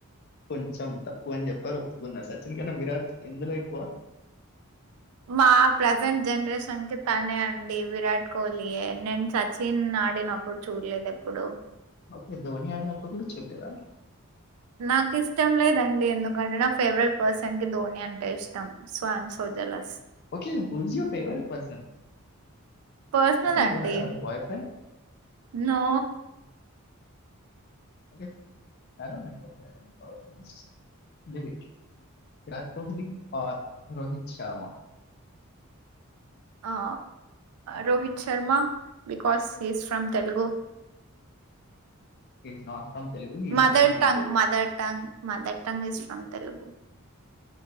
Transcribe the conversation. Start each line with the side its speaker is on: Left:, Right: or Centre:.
Left: కొంచెం తక్కువ అని చెప్పారు, ఒప్పుకున్నా సచిన్ కన్నా విరాట్ ఎందులో ఎక్కువ
Right: మా ప్రసెంట్ జనరేషన్ కి తనే అండి విరాట్ కోహిలీ, నేను సచిన్ ఆడినప్పుడు చూడలేదు ఎప్పుడు
Left: ఓకే ధోనీ ఆడినప్పుడు కూడా చూడ్లేదా
Right: నాకు ఇష్టం లేదండి ఎందుకంటే నా ఫేవరెట్ పర్సన్ కి ధోని అంటే ఇష్టం so I'm so jealous
Left: okay who is your favourite person
Right: personal
Left: I think
Right: అండి
Left: you have a boyfriend
Right: no
Left: okay I don't <unintelligible> persons leave it, Virat Kohli or Rohit Sharma
Right: uh Rohit Sharma because is from Telugu
Left: is not from Telugu is
Right: mother
Left: from Guntur
Right: tongue mother tongue mother tongue is from Telugu